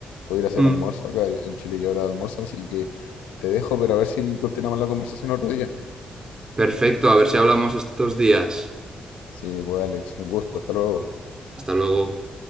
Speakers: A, on the left; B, on the right.
A: Voy a ir a hacer
B: Mm.
A: almuerzo acá en Chile ya hora de almuerzo, así que te dejo, pero a ver si continuamos la conversación otro día.
B: Perfecto, a ver si hablamos estos días.
A: Sí, pues Alex, un gusto. Hasta luego.
B: Hasta luego.